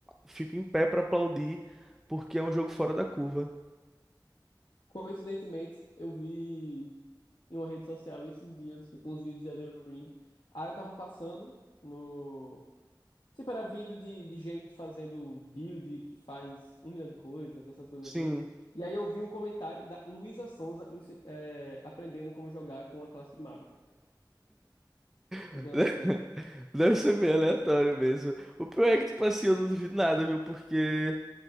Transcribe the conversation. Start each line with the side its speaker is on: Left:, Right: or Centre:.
Centre: fico em pé pra aplaudir porque é um jogo fora da curva.
Left: Coincidentemente, eu vi em uma rede social esses dias, tipo, uns vídeos de Elden Ring. Aí eu tava passando no. Tipo, era vídeo de, de gente fazendo build que faz um milhão de coisas, essas coisas
Centre: Sim.
Left: assim. E aí eu vi um comentário da Luísa Sonza ensi- eh, aprendendo como jogar com a classe de mago. Foi
Centre: <laughs>
Left: bem aleatório.
Centre: Deve ser bem aleatório mesmo. O pior é que, tipo assim, eu não duvido nada, viu? Porque,